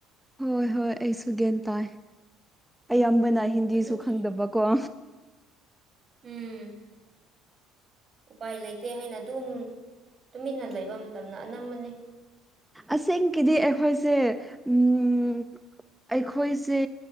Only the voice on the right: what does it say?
ꯑꯗꯨꯒꯤ
ꯎꯝ ꯎꯄꯥꯏ ꯂꯩꯇꯦ ꯍꯥꯏꯅ ꯑꯗꯨꯝ ꯇꯨꯃꯤꯟꯅ ꯂꯩꯕ ꯃꯇꯝꯗ ꯑꯅꯝꯕꯅꯤ